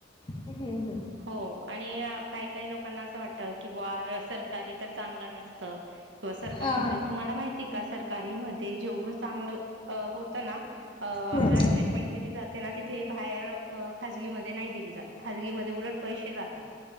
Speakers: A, on the left (about 30°); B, on the right (about 85°).
A: हम्म हम्म
B: हो आणि काही काही लोकांना असं वाटत कि बुआ सरकारी तर चांगलं नसत किंवा सरकारी
A: हा
B: मध्ये तुम्हाला माहिती का सरकारी मध्ये जेवढ चांगलं होत ना
A: हम्म
B: आपल्याला ट्रीटमेंट दिली जाते ना तिथे बाहेर खाजगी मध्ये नाही दिली जात खाजगी मध्ये उलट पैसे जातात